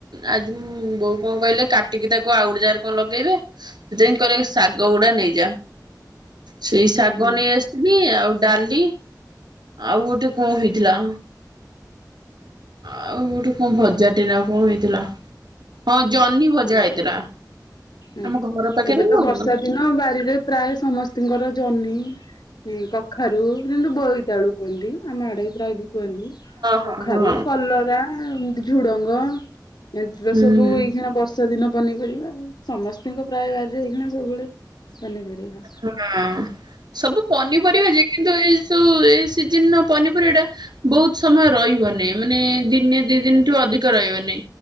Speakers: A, on the right; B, on the left.
A: ଆଜି ମୁଁ ବୋଉ କଣ କହିଲେ କାଟିକି ତାକୁ ଆଉ ଗୋଟେ କଣ ଲଗେଇବେ, ସେଥିପାଇଁ କହିଲେ ଶାଗ ଗୁଡା ନେଇଯା। ସେଇ ଶାଗ
B: ହୁଁ ହୁଁ
A: ନେଇ ଆସିଥିଲି, ଆଉ ଡାଲି ଆଉ ଗୋଟେ କଣ ହେଇଥିଲା? ଆଉ ଗୋଟେ କଣ ଭଜା ଟେ ନା କଣ ହେଇଥିଲା? ହଁ ଜହ୍ନି ଭଜା
B: ଆଜ୍ଞା।
A: ହେଇଥିଲା।
B: ଆଜ୍ଞା
A: ଆମ ଘର ପାଖରେ
B: ଏବେ ତ
A: ନା
B: ବର୍ଷା
A: ହଁ
B: ଦିନ ବାରିରେ ପ୍ରାୟ ସମସ୍ତିଙ୍କର ଜହ୍ନି। ହୁଁ କଖାରୁ ଯେମତି ବୋଇତାଳୁ କୁହନ୍ତି। ଆମ ଆଡେ ବି ପ୍ରାୟ ବି କୁହନ୍ତି
A: ହଁ
B: କଖାରୁ,
A: ହଁ
B: କଲରା ଏମତି ଝୁଡଙ୍ଗ। ଏମିତି ତ
A: ହୁଁ।
B: ସବୁ ଏଇକେଣା ବର୍ଷା ଦିନ ପନିପରିବା ଆଉ ସମସ୍ତଙ୍କ ପ୍ରାୟ ବାରିରେ ହେଇକିଣା ସବୁବେଳେ ପନିପରିବା।
A: ହଁ ସବୁ ପନିପରିବା ଯେ କିନ୍ତୁ ଏ ସ ଏ ସିଜିନ ପନିପରିବା ଟା ବହୁତ ସମୟ ରହିବନି, ମାନେ ଦିନେ ଦି ଦିନ ଠୁ ଅଧିକ ରହିବନି।